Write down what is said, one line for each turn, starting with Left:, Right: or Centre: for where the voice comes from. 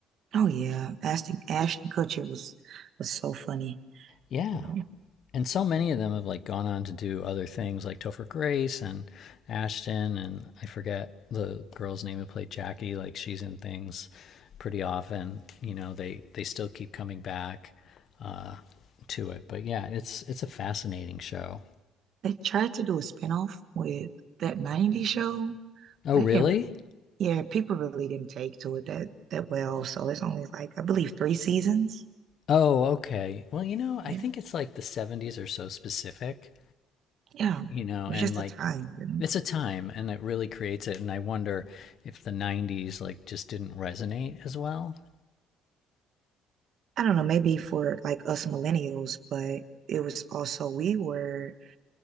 Right: Oh yeah. Ashton Ashton Kutcher was was so funny.
Left: Yeah,
Right: You know.
Left: and so many of them have like gone on to do other things like Topher Grace and Ashton and I forget the girl's name who played Jackie like she's in things pretty often you know they they still keep coming back uh to it but yeah it's it's a fascinating show
Right: They tried to do a spinoff with that '90s show,
Left: oh
Right: but
Left: really
Right: it didn't, yeah, people really didn't take to it that that well. So it's only like I believe three seasons.
Left: oh okay well you know
Right: Yeah.
Left: I think it's like the 70s are so specific
Right: Yeah. It
Left: you know and
Right: was just
Left: like
Right: a time, you know.
Left: it's a time and it really creates it and I wonder if the 90s like just didn't resonate as well
Right: I don't know, maybe for like us millennials, but it was also we were